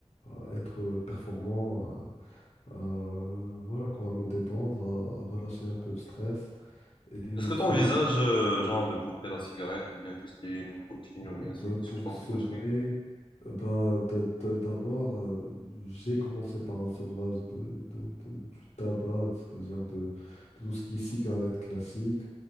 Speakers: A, on the left; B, on the left.
A: à être performant, à, à, voilà quoi, à me détendre, à, à relâcher un peu le stress. Et
B: Est-ce que
A: c'est
B: tu envisages, genre, de couper la cigarette ou bien tout ce qui est nicotine
A: Euh,
B: ou bien ces
A: bah,
B: substances
A: pour sevrer,
B: nicotiniques?
A: euh, bah, d- d- d'abord, euh, j'ai commencé par un sevrage de, de- de- du tabac, c'est-à-dire de, de tout ce qui est cigarette classique.